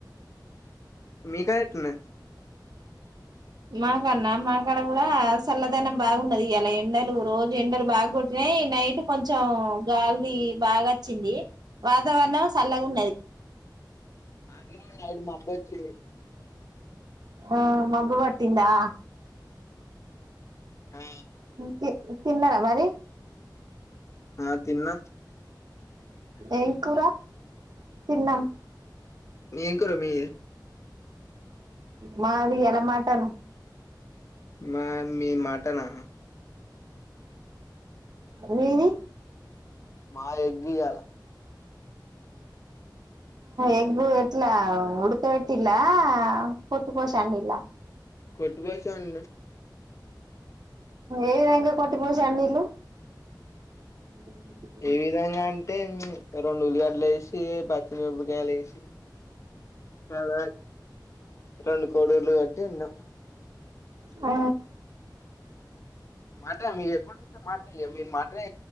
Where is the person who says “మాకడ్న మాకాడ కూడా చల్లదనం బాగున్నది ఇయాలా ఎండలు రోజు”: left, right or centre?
Right